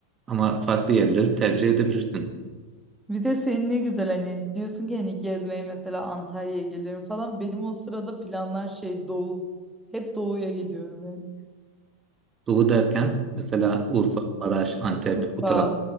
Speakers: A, on the right; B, in the centre.
A: Ama farklı yerleri tercih edebilirsin.
B: Bir de senin ne güzel hani diyorsun ki hani gezmeye mesela Antalya'ya gelirim falan. Benim o sırada planlar şey doğu. Hep doğuya gidiyorum yani.
A: Doğu derken mesela Urfa, Maraş, Antep
B: Urfa,
A: o taraf.